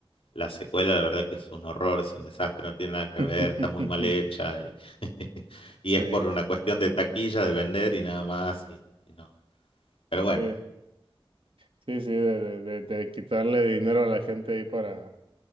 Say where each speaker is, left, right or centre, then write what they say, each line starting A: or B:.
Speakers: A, on the left; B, on the right.
A: la secuela la verdad que es un horror, es un desastre, no tiene nada que
B: <laughs>
A: ver, está muy mal hecha y, <laughs> y
B: Sí,
A: es por una cuestión de taquilla, de vender y nada más. Y, y no. Pero
B: sí.
A: bueno,
B: Sí, sí, de, de, de- de quitarle dinero a la gente ahí para,